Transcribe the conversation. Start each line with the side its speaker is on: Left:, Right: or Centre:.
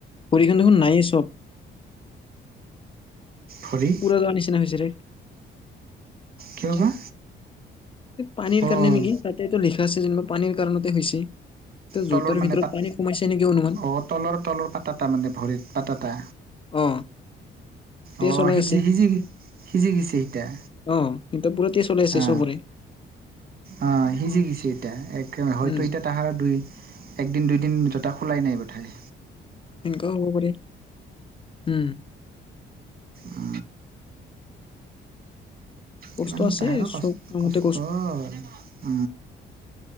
Left: ভৰিখন দেখোন নায় চব।
Right: ভৰি,
Left: পুৰা যোৱা নিচিনা হৈছে ৰে।
Right: কিয় বা?
Left: পানীৰ
Right: অ'
Left: কাৰণে নেকি? তাতেটো লিখা আছে যেনিবা, পানীৰ কাৰণতে হৈছে। তে
Right: তলৰ
Left: জোতাৰ
Right: মানে
Left: ভিতৰত
Right: পাত
Left: পানী সোমাইছে নেকি অনুমান।
Right: অ' তলৰ তলৰ পাতাটা মানে, ভৰিৰ পাতাটা।
Left: অ তেজ
Right: অ',
Left: ওলাই
Right: সিজি
Left: আছে।
Right: সিজি, সিজি গৈছে গৈছে এতিয়া।
Left: অ সিহঁতৰ পুৰা তেজ ওলাই আছে
Right: আ,
Left: চবৰে
Right: আ, সিজি গৈছে এতিয়া, এক হয়তো
Left: উম
Right: এতিয়া তাহাতৰ দুই একদিন দুইদিন জোতা খোলাই নাই বোধ হয়।
Left: তেনেকুৱাও হ'ব পাৰে। উম্,
Right: আ,
Left: কষ্ট
Right: কিমান
Left: আছে
Right: তাহাঁতৰ
Left: চব কামতে
Right: কষ্ট।